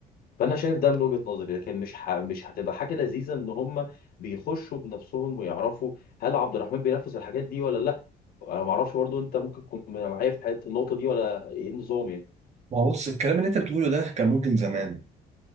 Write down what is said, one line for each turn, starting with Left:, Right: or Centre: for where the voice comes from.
Left: فانا شايف ده من وجهة نظري لكن مش ح... مش هتبقى حاجة لذيذة ان هم بيخشوا بنفسهم ويعرفوا هل عبد الرحمن بينفذ الحاجات دي ولا لا انا ما اعرفش برضه انت ممكن تكون معايا في حته النقطة دي ولا ايه النظام يعني
Right: ما هو بص الكلام اللي أنت بتقوله ده كان ممكن زمان